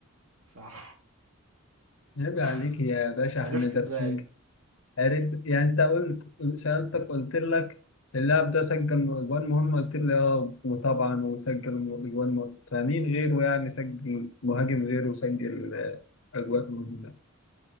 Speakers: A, on the right; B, on the left.
A: صح
B: عيب
A: <laughs>
B: عليك يا باشا
A: عرفت
B: احنا دارسين
A: ازاي
B: عرفت يعني انت قلت سألتك قلت لك اللاعب ده سجل اجوان مهمة قلت لي اه وطبعا وسجل اجوان مهمة فمين غيره يعني سجل مهاجم غيره سجل آه، اجوان مهمة